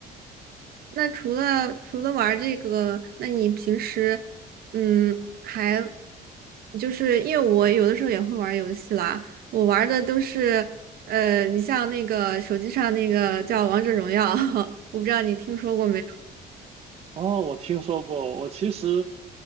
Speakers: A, on the right; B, on the right.
A: 那除了除了玩儿这个，那你平时嗯还就是因为我有的时候也会玩儿游戏啦，我玩儿的都是呃，你像那个手机上那个叫《王者荣耀》，<laughs> 我不知道你听说过没有？
B: 哦，我听说过，我其实，